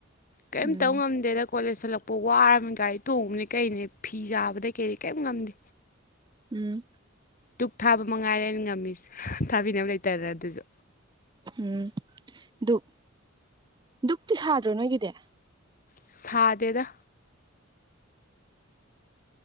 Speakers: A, on the left; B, on the right.
A: ꯀꯔꯤꯝꯇꯧ
B: ꯎꯝ
A: ꯉꯝꯗꯦꯗ ꯀꯣꯂꯦꯖ ꯍꯜꯂꯛꯄ ꯋꯥꯔꯕꯅꯤ ꯒꯥꯔꯤ ꯊꯣꯡꯉꯕꯅꯤ ꯀꯩꯅꯦ ꯐꯤ ꯆꯥꯕꯗꯩ ꯀꯩꯔꯤ ꯀꯔꯤꯝ ꯉꯝꯗꯦ
B: ꯎꯝ
A: ꯗꯨꯛ ꯊꯥꯕ ꯃꯉꯥꯏꯔꯦꯅ ꯉꯝꯃꯤꯁꯦ ꯊꯥꯕꯤꯅꯕ ꯂꯩꯇꯔ ꯑꯗꯨꯁꯨ
B: ꯎꯝ ꯙꯛ ꯙꯗꯨꯛꯇꯤ ꯁꯥꯗ꯭ꯔꯣ ꯅꯣꯏꯒꯤꯗꯤ
A: ꯁꯥꯗꯦꯗ